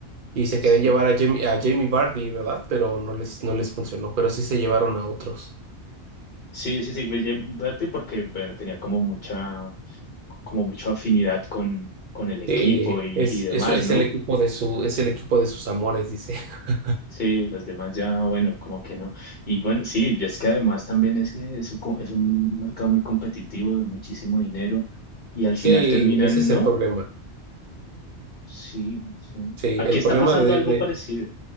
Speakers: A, on the right; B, on the left.
A: Y se
B: Sí,
A: querían llevar a Jamie, a Jamie Vardy, ¿verdad? Pero no les, no les funcionó, pero sí se llevaron a otros.
B: sí, sí, sí, William Berti porque bueno, tenía como mucha, como mucha afinidad con, con el equipo
A: Sí,
B: y,
A: es,
B: y demás,
A: es, es
B: ¿no?
A: el equipo de su, es el equipo de sus amores, dice. <laughs>
B: Sí, los demás ya, bueno, como que no. Y bueno, sí, y es que además también es que es un, co- es un mercado muy competitivo de muchísimo dinero y al
A: Sí,
B: final terminan,
A: ese es
B: ¿no?
A: el problema.
B: Sí, sí.
A: Sí,
B: Aquí
A: el
B: está
A: problema
B: pasando
A: de,
B: algo
A: de-
B: parecido.